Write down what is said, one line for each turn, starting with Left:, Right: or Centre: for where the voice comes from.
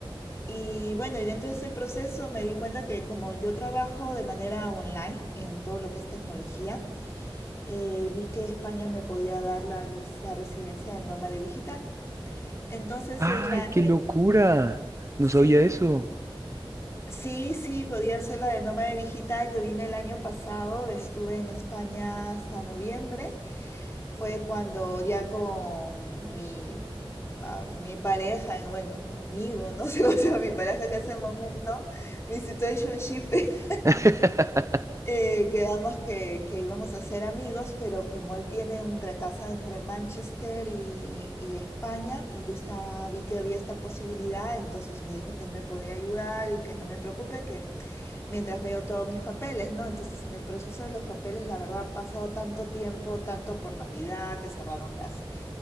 Left: Y bueno, y dentro de ese proceso me di cuenta que como yo trabajo de manera online en todo lo que es tecnología, eh, vi que España me podía dar la vis- la residencia de nómade digital. Entonces
Right: <laughs> ¡Ay,
Left: es la,
Right: qué
Left: re-
Right: locura! No
Left: sí,
Right: sabía eso.
Left: sí, sí, podía ser la de nómade digital. Yo vine el año pasado, estuve en España hasta noviembre. Fue cuando ya con mi, pa- mi pareja, bueno, mi amigo, no sé <laughs> cómo se mi pareja que en ese momento, mi situationship <laughs>
Right: <laughs>
Left: Eh, quedamos que, que íbamos a ser amigos, pero como él tiene una casa entre Manchester y, y España, y yo estaba, vi que había esta posibilidad, entonces me dijo que él me podía ayudar y que no me preocupe, que mientras veo todos mis papeles, ¿no? Entonces en el proceso de los papeles, la verdad, ha pasado tanto tiempo, tanto por Navidad, que cerraron las,